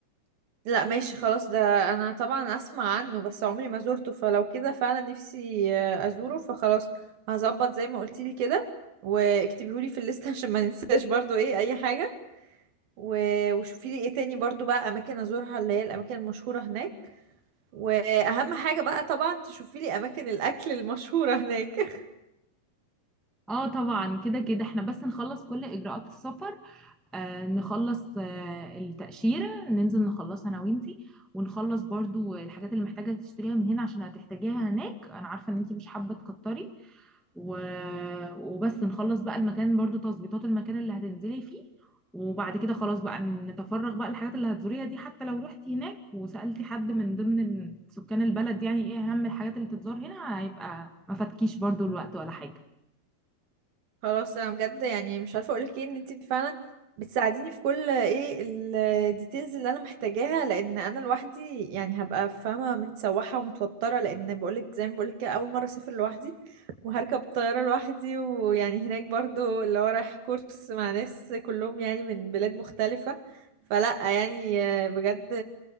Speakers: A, on the right; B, in the centre.
A: لا ماشي خلاص ده انا طبعا اسمع عنه بس عمري ما زورته فلو كده فعلا نفسي آه، ازوره فخلاص هظبط زي ما قلتيلي كده واكتبيهولي في الليسته <laughs> عشان ما ننساش برضو ايه اي حاجة و- وشوفيلي ايه تاني برضو بقى اماكن ازورها اللي هي الاماكن المشهورة هناك واهم حاجة بقى طبعا تشوفيلي اماكن الاكل المشهورة هناك
B: اه طبعا كده كده احنا بس نخلص كل اجراءات السفر آه، نخلص آه، التأشيرة ننزل نخلصها أنا وإنتي ونخلص برضو الحاجات اللي محتاجة تشتريها من هنا عشان هتحتاجيها هناك أنا عارفة إن إنتي مش حابة تكتري و... وبس نخلص بقى المكان برضو تظبيطات المكان اللي هتنزلي فيه وبعد كده خلاص بقى نتفرغ بقى الحاجات اللي هتزوريها دي حتى لو رحتي هناك وسألتي حد من ضمن سكان البلد يعني إيه أهم الحاجات اللي تتزار هنا هيبقى ما فاتكيش برضو الوقت ولا حاجة
A: خلاص انا بجد يعني مش عارفه اقولك ايه ان انت فعلا بتساعديني في كل ايه الديتيلز اللي انا محتاجاها لان انا لوحدي يعني هبقى فاهمه متسوحه ومتوتره لان بقولك زي ما بقولك كده اول مره اسافر لوحدي وهركب طياره لوحدي ويعني هناك برضو اللي هو رايح كورس مع ناس كلهم يعني من بلاد مختلفه فلا يعني آه، بجد